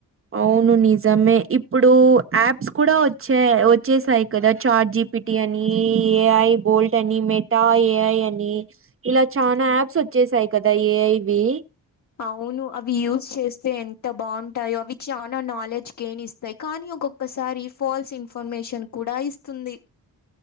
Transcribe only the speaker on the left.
అవును అవి యూజ్ చేస్తే ఎంత బాగుంటాయో అవి చానా నాలెడ్జ్ గెయిన్ ఇస్తా యి కానీ ఒక్కొక్కసారి ఫాల్స్ ఇన్ఫర్మేషన్ కూడా ఇస్తుంది